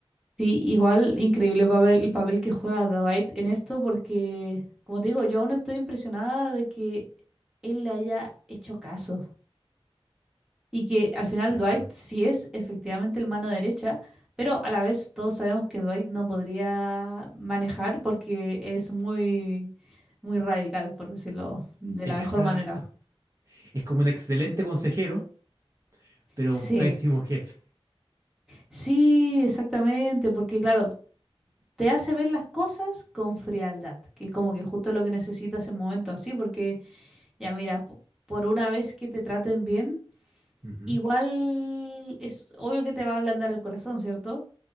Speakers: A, in the centre; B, on the right (about 30°).
A: Sí, igual increíble papel, el papel que juega Dwight en esto porque, como te digo, yo aún estoy impresionada de que él le haya hecho caso y que al final
B: ¿cierto?
A: Dwight sí es efectivamente el mano derecha, pero a la vez todos sabemos que Dwight no podría manejar porque es muy, muy radical, por decirlo de
B: Exacto.
A: la mejor manera.
B: Es como un excelente consejero, pero
A: Sí,
B: un pésimo jefe.
A: Sí, exactamente, porque claro, te hace ver las cosas con frialdad, que es como que justo lo que necesitas en momentos así, porque ya mira, po- por una vez que te traten bien,
B: Ujú,
A: igual es obvio que te va a ablandar el corazón, ¿cierto?